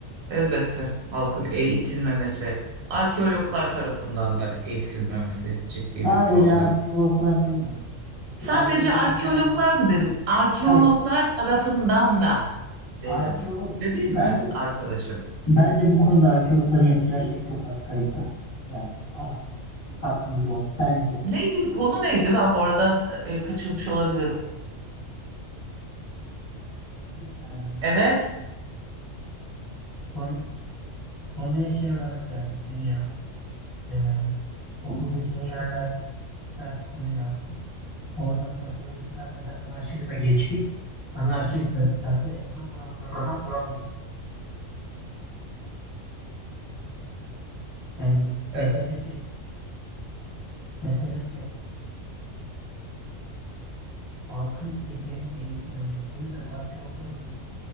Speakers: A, on the right (about 75°); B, on the left (about 20°).
A: Elbette halkın eğitilmemesi, arkeologlar tarafından da eğitilmemesi ciddi
B: Sadece
A: bir problem.
B: arkeologlar demiyorum.
A: Sadece
B: Arkeoloji
A: arkeologlar
B: bağlama.
A: mı dedim? Arkeologlar
B: Hayır,
A: tarafından da dedim.
B: arkeolog
A: Öyle değil
B: bence
A: mi arkadaşım?
B: bence bu konuda arkeologların yapacağı şey çok az sayıda. Yani az bir katkımız var bence.
A: Neydi konu neydi? Ben bu arada e, kaçırmış olabilirim.
B: Bir saniye.
A: Evet.
B: Konu, konuya şey olarak geldik dünya. Ee, okuldaki eylemler der konuyu açtık. Oradan sonra örgütlenmeden anarşizme geçtik. Anarşizmden de en son bu noktaya kadar geldik. Yani mesele
A: Evet.
B: şey, mesele şey halkın yeterince eğitilmemesi. Bu yüzden arkeologların